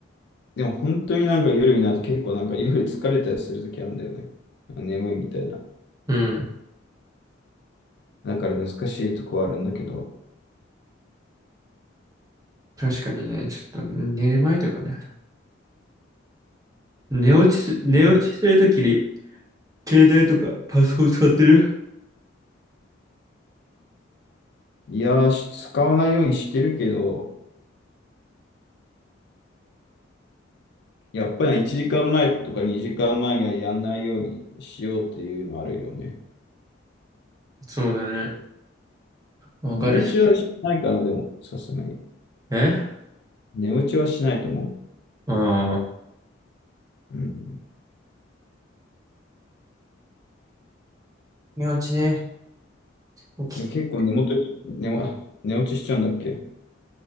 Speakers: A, on the left; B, on the right.
A: でも本当になんか夜になると結構なんか夜疲れたりするときあるんだよね。眠いみたいな。
B: うん。
A: だから難しいとこはあるんだけど。
B: 確かにね、ちょっと寝る前とかね。寝落ちす、寝落ちするときに、
A: うん。
B: 携帯とかパソコン使ってる
A: いやー、し使わないようにしてるけど、やっぱり1時間前とか2時間前にはやんないようにしようっていうのはあるよね。
B: そうだね。わかるっす。
A: 寝落ちはしないかな、でも、さすがに。
B: え
A: 寝落ちはしないと思
B: ああ。
A: う。うん、
B: 寝落ちね。起き
A: でも結構寝元、寝も、寝落ちしちゃうんだっけ